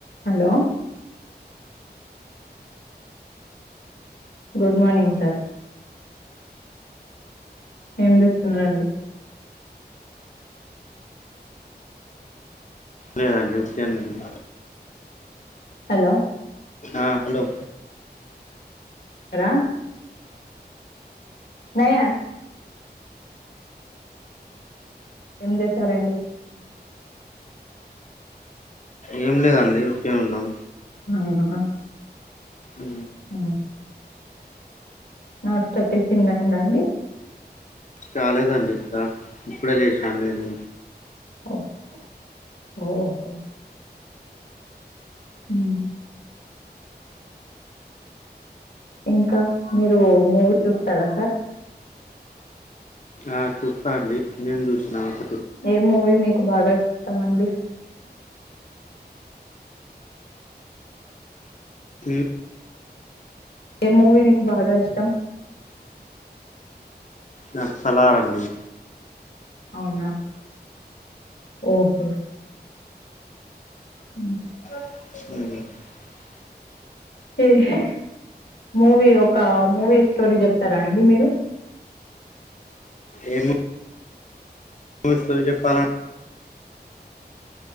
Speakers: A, on the left; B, on the left.
A: Hello good morning sir ఏం చేస్తున్నారండి
B: లేదండి ఊర్కనే ఉన్న
A: హలో
B: ఆ హలో
A: హలో నయాన్ ఏం చేసారండి
B: ఏం లేదండి ఉరకనే ఉన్నాం
A: ఆహ
B: ఉ
A: ఉ లాస్ట్ టిఫిన్ అయిందండి
B: కాలేదండి ఇంకా ఇప్పుడే లేచాను నేను
A: ఓకే ఓహో ఉహు ఇంకా మీరు మూవీ చూస్తారా సార్
B: ఆ చూస్తా అండి నేను చూసినను ఒక
A: ఏ మూవీ మీకు బాగా ఇష్టం అండి
B: ఉ
A: ఏ మూవీ మీకు బాగా ఇష్టం
B: నాకు సలార్ అండి
A: అవునా ఓహో ఉ
B: <inaudible>
A: <unintelligible> మూవీ ఒక మూవీ స్టోరీ చెప్తారా అండి మీరు
B: ఏ మూ మూవి స్టోరీ చెప్పాలా